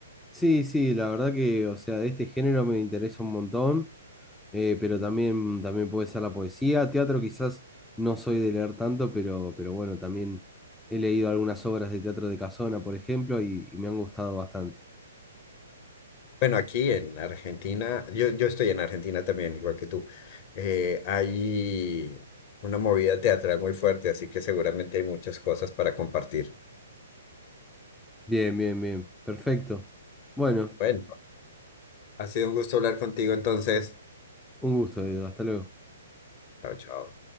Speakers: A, in the centre; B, on the left (about 40°).
A: Sí, sí, la verdad que, o sea, de este género me interesa un montón, eh, pero también, también puede ser la poesía. Teatro quizás no soy de leer tanto, pero, pero bueno, también he leído algunas obras de teatro de Casona, por ejemplo, y, y me han gustado bastante.
B: Bueno, aquí en Argentina, yo, yo estoy en Argentina también, igual que tú. eh, hay una movida teatral muy fuerte, así que seguramente hay muchas cosas para compartir.
A: Bien, bien, bien. Perfecto. Bueno.
B: Bueno, ha sido un gusto hablar contigo entonces.
A: Un gusto, Edu. Hasta luego.
B: Chao, chao.